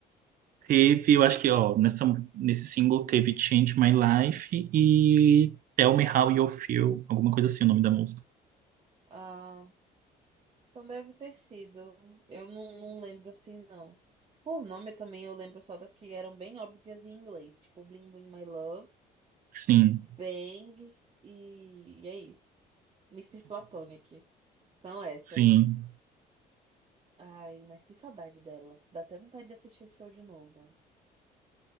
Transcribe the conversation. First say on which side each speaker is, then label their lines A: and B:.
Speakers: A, on the right; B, on the right.
A: teve, eu acho que, ó, nessa, nesse single teve Change My Life e Tell Me How You Feel, alguma coisa assim o nome da música.
B: Ah, então deve ter sido. Eu não, não lembro assim, não. Por nome também eu lembro só das que eram bem óbvias em inglês, tipo Bling Bling My Love.
A: Sim,
B: Bang e, e é isso. Mister Platonic. São essas.
A: sim.
B: Ai, mas que saudade delas. Dá até vontade de assistir o show de novo.